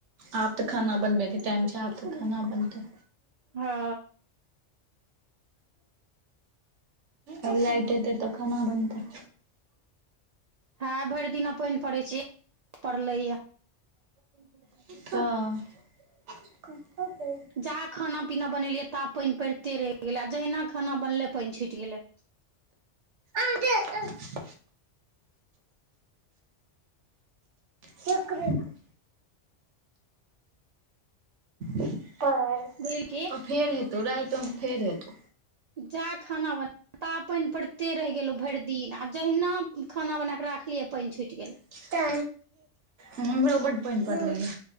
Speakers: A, on the right (about 80°); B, on the right (about 70°).
A: आब तऽ खाना बनबै के टाइम छै, आब‌ तऽ खाना बनतै।
B: हँ
A: आब लाइट ऐतै तऽ खाना बनतै।
B: हँ भैर दिना पैइन पड़ै छै, ए <inaudible> पड़लैयैऽ। <inaudible>
A: हँ।
B: जा खाना पीना बनेलियै ता पैइन पैड़ते रैह गेलै, आ जहिना खाना बनलै पइन छूइट गेलै।
A: आ जे <unintelligible> शुक्र रेखा <unintelligible> कॉर
B: बुइलकी
A: फेर हेतौ, राइतो में फेर हेतौ।
B: जा खाना बन <inaudible> ता पैइन पैड़ते रैह गेलौ भैर दिन, आ जहिना खाना बनाकऽ राखलियै पइन छुइटि गेलै।
A: <unintelligible> हुमरो बड पैइन पड़लैयैऽ।